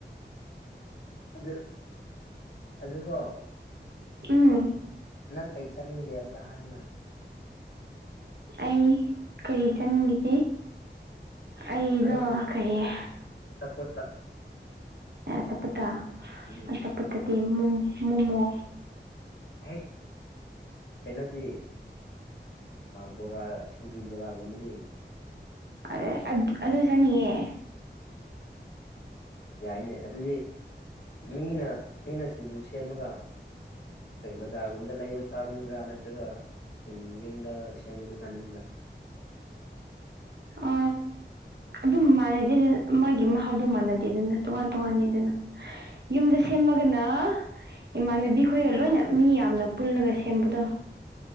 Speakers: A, on the left; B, on the right.
A: ꯑꯗꯨ ꯑꯗꯨꯗ ꯀꯣ
B: ꯎꯝ
A: ꯅꯪ ꯀꯩ ꯆꯥꯅꯤꯡꯒꯦ ꯑꯝꯇ ꯍꯥꯏꯌꯨꯅ
B: ꯑꯩ ꯀꯔꯤ ꯆꯪꯅꯤꯡꯈꯤꯗꯦ ꯑꯩꯗꯣ
A: ꯑꯩꯕꯨ
B: ꯀꯔꯤꯥ
A: ꯑꯆꯥꯄꯣꯠꯇ
B: ꯆꯠꯄꯠꯇ
A: ꯎꯝ
B: ꯑꯆꯥ ꯄꯊꯗꯤ ꯃꯣꯃꯣ
A: ꯍ ꯀꯩꯅꯣꯗꯤ ꯕꯣꯔꯥ ꯁꯤꯡꯖꯨ ꯕꯣꯔꯥꯒꯨꯝꯕꯗꯤ
B: ꯑꯗ ꯑꯗꯨ ꯑꯗꯨ ꯆꯅꯤꯌꯦ
A: ꯌꯥꯏꯅꯦ ꯑꯗꯨꯗꯤ ꯃꯤꯅ ꯃꯤꯅ ꯁꯤꯡꯖꯨ ꯁꯦꯝꯃꯒ ꯕꯖꯥꯔꯒꯨꯝꯗ ꯂꯩꯕ ꯆꯥꯅꯤꯡꯕ꯭ꯔꯥ ꯅꯠꯇ꯭ꯔꯒ ꯁꯨꯝ ꯌꯨꯝꯗ ꯁꯦꯝꯕꯗꯣ ꯆꯥꯅꯤꯡꯕ꯭ꯔꯥ
B: ꯑ ꯑꯗꯨꯝ ꯃꯥꯟꯅꯗꯦ ꯃꯥꯒꯤ ꯃꯍꯥꯎ ꯑꯗꯨ ꯃꯥꯟꯅꯗꯦꯗꯅ ꯇꯣꯉꯥꯟ ꯇꯣꯉꯥꯟꯅꯤꯗꯅ ꯌꯨꯝꯗ ꯁꯦꯝꯃꯒꯅ ꯏꯃꯥꯟꯅꯕꯤ ꯈꯣꯏꯒ ꯂꯣꯏꯅ ꯃꯤ ꯌꯥꯝꯅ ꯄꯨꯜꯂꯒ ꯁꯦꯝꯕꯗꯣ